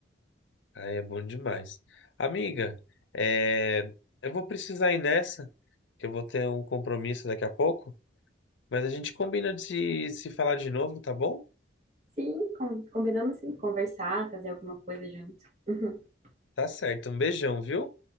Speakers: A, on the left; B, on the right.
A: Aí é bom demais. Amiga, é, eu vou precisar ir nessa, que eu vou ter um compromisso daqui a pouco, mas a gente combina de se se falar de novo, tá bom?
B: Sim, com- combinamos sim, conversar, fazer alguma coisa junto. <laughs>
A: Tá certo. Um beijão, viu?